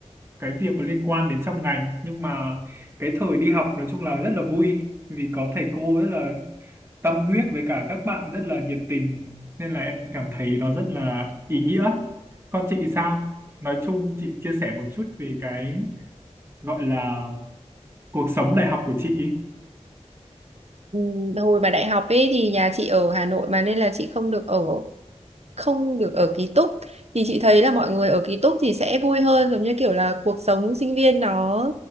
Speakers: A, on the right; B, on the right.
A: cái việc có liên quan đến trong ngành nhưng mà cái thời đi học nói chung là rất là vui vì có thầy cô rất là tâm huyết với cả các bạn rất là nhiệt tình nên là em cảm thấy nó rất là ý nghĩa. Còn chị sao? Nói chung chị chia sẻ một chút về cái gọi là cuộc sống đại học của chị.
B: Ừ, hồi mà đại học ấy thì nhà chị ở Hà Nội mà nên là chị không được ở không được ở ký túc thì chị thấy là mọi người ở ký túc thì sẽ vui hơn giống như kiểu là cuộc sống sinh viên nó